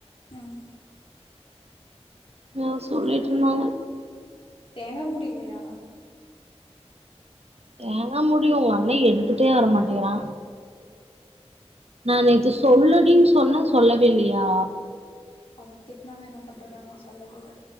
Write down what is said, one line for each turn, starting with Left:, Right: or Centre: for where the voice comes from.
Left: ம்
Right: அ
Left: பண்ணுவே
Right: சொல்லிட்டு
Left: பண்ணுவே
Right: இருந்தாங்க
Left: தேங்காமுடி இல்லையா
Right: தேங்கா முடி உங்க அண்ணெ எடுத்துட்டே வர மாட்டெக்குறா நா நேத்து சொல்லுடீனு சொன்னெ சொல்லவே இல்லையா
Left: அவெ திட்னானா என்ன பண்றது அதா சொல்லவேயில்ல